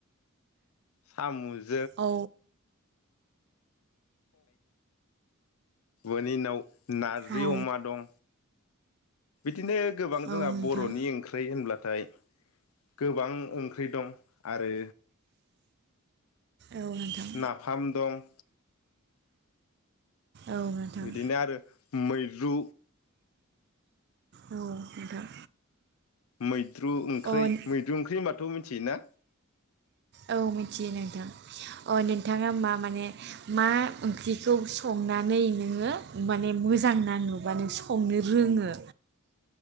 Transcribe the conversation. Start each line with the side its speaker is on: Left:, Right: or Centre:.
Left: सामु जो
Right: औ।
Left: <unintelligible> नारजि
Right: औ
Left: अमा दं। बिदिनो गोबां जोंहा
Right: औ नोंथां
Left: बर'नि ओंख्रि होनब्ला नाथाय गोबां ओंख्रि दं आरो
Right: औ नोंथां
Left: नाफाम दं।
Right: औ नोंथां।
Left: बिदिनो आरो मैद्रु
Right: औ नोंथां।
Left: मै द्रु ओंख्रै,
Right: अ
Left: मैद्रु ओंख्रै होनबाथ' मिन्थियो ना?
Right: औ मिथियो नोंथां अ' नोंथाङा मा माने मा ओंख्रिखौ संनानै नोङो माने मोजां नाङो बा नों संनो रोङो?